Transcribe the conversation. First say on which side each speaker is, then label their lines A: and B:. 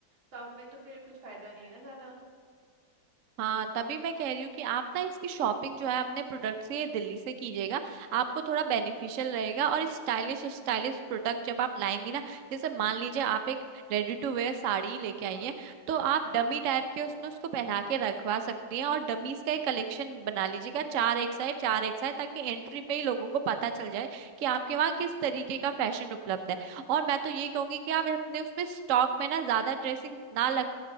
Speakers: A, on the right; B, on the right.
A: कम में तो फिर कुछ फायदा नहीं है ना ज्यादा
B: हाँ तभी मैं कह रही हूँ कि आप ना इसकी शॉपिंग जो है अपने प्रोडक्ट से दिल्ली से कीजिएगा आपको थोड़ा बेनिफिशियल रहेगा और स्टाइलिश स्टाइलिश प्रोडक्ट जब आप लाएंगी ना जैसे मान लीजिए आप एक रेडी टू वेयर साड़ी लेके
A: हाँ
B: आई हैं तो आप डमी टाइप के उसमें उसको पहना के रखवा सकती हैं और डमीज का एक कलेक्शन बना लीजिएगा चार एक साइड चार एक साइड ताकि एंट्री पे ही लोगों को पता चल जाए कि आपके वहाँ किस तरीके का फैशन उपलब्ध है और मैं तो ये कहूंगी कि आप अपने उसमें स्टॉक में ना ज्यादा ड्रेसिंग ना लग